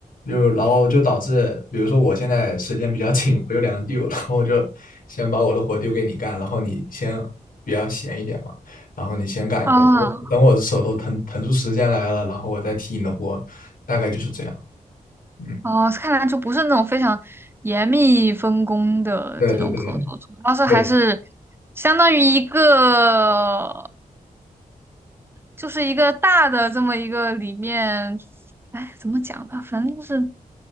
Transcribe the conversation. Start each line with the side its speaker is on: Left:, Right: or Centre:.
Left: 就然后就导致，比如说我现在时间比较 <laughs> 紧，我有两个 due，然后我就先把我的活丢给你干，然后你先比较闲一点嘛，然后你先干一会儿，
Right: 啊
Left: 等我等我手头腾腾出时间来了，然后我再替你的活，大概就是这样。嗯，
Right: 哦，看来就不是那种非常严密分工的这种合作，
Left: 对对对对
Right: 主要是还是
Left: 对，
Right: 相当于一个，就是一个大的这么一个里面，哎，怎么讲呢？反正就是